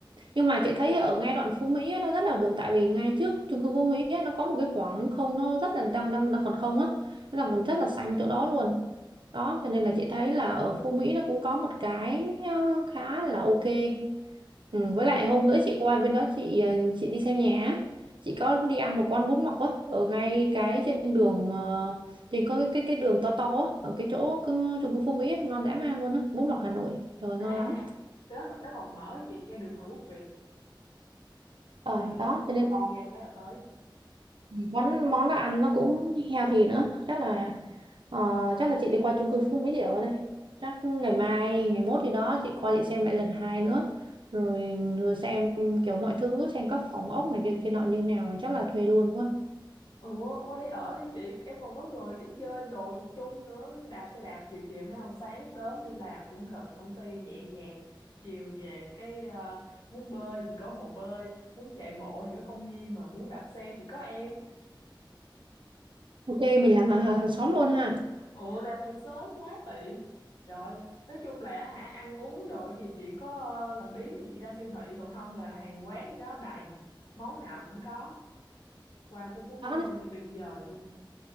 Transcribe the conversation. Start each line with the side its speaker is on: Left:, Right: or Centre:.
Right: nhưng mà chị thấy ở ngay đoạn Phú Mỹ á, nó rất là được tại vì ngay trước chung cư Phú Mỹ á, nó có một cái khoảng không nó rất là đang đang đang còn không á nó là còn rất là xanh chỗ đó luôn đó cho nên là chị thấy là ở Phú Mỹ nó cũng có một cái uh, khá là ok ừ, với lại hôm bữa chị qua bên đó chị uh, chị đi xem nhà á. chị có đi ăn một con bún mọc á ở ngay cái trên đường uh, trên có cái cái cái đường to to á ở cái chỗ cứ- chung cư Phú Mỹ á, ngon dã man luôn á bún mọc Hà Nội trời ơi,
Left: à
Right: ngon
Left: à
Right: lắm
Left: à nó, còn- nó còn mở chị ngay đường Hoàng Quốc Việt
Right: ờ
Left: đi
Right: đó
Left: đi
Right: cho nên
Left: ra đi ra cái là tới
Right: Món món nó ăn nó cũng healthy nữa chắc là ờ, chắc là chị đi qua chung cư Phú Mỹ chị ở đây chắc ngày mai ngày mốt gì đó chị qua chị xem lại lần hai nữa rồi rồi xem kiểu mọi thứ xem các phòng ốc này kia kia nọ như nào rồi chắc là thuê luôn quá
Left: ủa qua đi ở đi chị em còn có người đi chơi đồ chung nữa đạp xe đạp chiều chiều hay không sáng sớm đi làm cũng gần công ty nhẹ nhàng chiều về cái ờ, muốn bơi thì có hồ bơi muốn chạy bộ thì có công viên mà muốn đạp xe thì có em
Right: ok mình làm hàng hàng xóm luôn ha
Left: Ủa làm hàng sớm quá tiện Trời nói chung là hả ăn uống đồ gì Chỉ có ờ, làm biếng thì chị ra siêu thị Còn không là hàng quán gì đó đầy Món nào cũng có Qua khu phố Mỹ
Right: đó
Left: Hưng thì tuyệt vời luôn